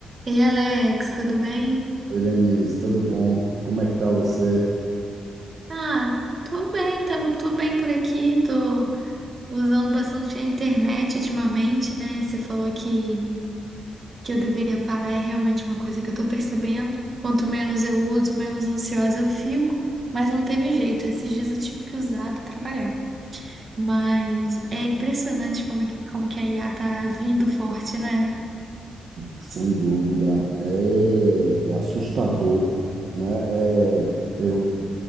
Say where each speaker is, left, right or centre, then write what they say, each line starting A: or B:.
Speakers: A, on the right; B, on the right.
A: Ei, Alex, tudo bem?
B: Oi, Lenise, tudo bom? Como é que tá você?
A: Ah, tô bem, tam- tô bem por aqui, tô usando bastante a internet ultimamente, né? Você falou que, que eu deveria parar, é realmente uma coisa que eu tô percebendo. Quanto menos eu uso, menos ansiosa eu fico, mas não teve jeito, esses dias eu tive que usar pra trabalhar. Mas é impressionante como, é que- como que a IA tá vindo forte, né?
B: Sem dúvida, é, é assustador, né? É, eu,